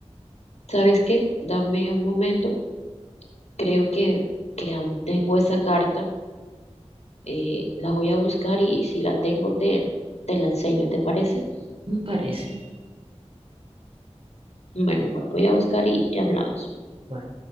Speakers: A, on the left (about 70°); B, on the right (about 55°).
A: ¿sabes qué? Dame un momento. Creo que, que aún tengo esa carta. Eh, la voy a buscar y si la tengo te, te la enseño, ¿te parece?
B: me parece.
A: Bueno, amor, voy a buscar y y hablamos.
B: Bueno.